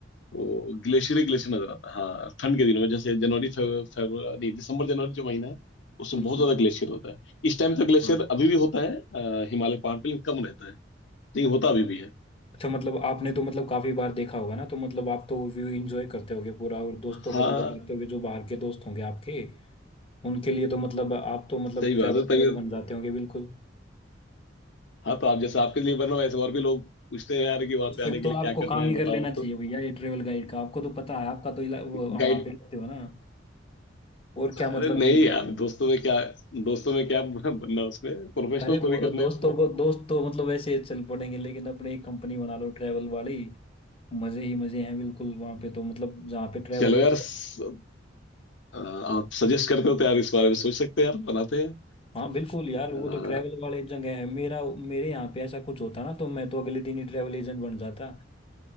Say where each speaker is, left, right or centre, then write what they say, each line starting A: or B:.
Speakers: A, on the left (about 70°); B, on the left (about 30°).
A: तो ग्लेशियर ही ग्लेशियर नजर आता है हाँ ठंड के दिनों में जैसे जनवरी फेब- फेब- नहीं दिसंबर जनवरी जो महीना है उसमें
B: बिल्कुल
A: बहुत ज्यादा ग्लेशियर होता है इस टाइम तो
B: अच्छा
A: ग्लेशियर अभी भी होता है अ, हिमालय पहाड़ पे लेकिन कम रहता है नहीं होता अभी भी है
B: अच्छा मतलब आपने तो मतलब काफी बार देखा होगा ना तो मतलब आप तो व्यू एंजॉय करते होगे पूरा और दोस्तों
A: हाँ
B: को भी बताते होगे जो बाहर के दोस्त होंगे आपके उनके लिए तो मतलब आप तो मतलब
A: सही बात
B: ट्रैवल
A: है तभी
B: गाइड बन जाते होंगे बिल्कुल
A: हाँ तो आप जैसे आपके लिए बना वैसे और भी लोग पूछते हैं यार कि वहां
B: तो
A: पे
B: फिर
A: आने के
B: तो
A: लिए क्या
B: आपको
A: करना
B: काम
A: है
B: ही
A: बताओ
B: कर लेना चाहिए
A: तो
B: भैया ये ट्रेवल गाइड का आपको तो पता है आपका तो इला, वो वहाँ
A: गाइड
B: पे रहते हो ना और क्या
A: अरे
B: मतलब
A: नहीं
B: ये
A: यार दोस्तों में क्या दोस्तों में क्या बनना उसमें प्रोफेशनल
B: अरे वो
A: थोड़ी करना
B: दोस्तों
A: है इसको
B: को दोस्त तो मतलब वैसे चल पड़ेंगे लेकिन अपने एक कंपनी बना लो ट्रैवल वाली मजे ही मजे हैं बिल्कुल वहाँ पे तो मतलब जहाँ पे ट्रैवल
A: चलो यार स- अ, आप सजेस्ट करते हो तो यार इस बारे में सोच सकते हैं यार बनाते हैं
B: हाँ बिल्कुल यार
A: अ,
B: वो तो ट्रैवल वाले जगह है मेरा मेरे यहाँ पे ऐसा कुछ होता ना तो मैं तो अगले दिन ही ट्रैवल एजेंट बन जाता